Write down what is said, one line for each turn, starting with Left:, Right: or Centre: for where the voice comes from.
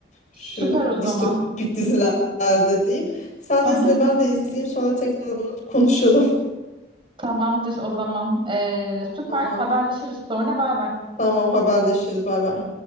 Right: Süper
Left: Şu
Right: o zaman.
Left: distopik dizilerde diyeyim. Sen
Right: <laughs>
Left: izle ben de izleyeyim. Sonra tekrar bunu konuşalım.
Right: Tamamdır o zaman. Ee,
Left: <laughs>
Right: süper
Left: Tamam.
Right: haberleşiriz sonra bay bay.
Left: Tamam haberleşiriz. Bay bay.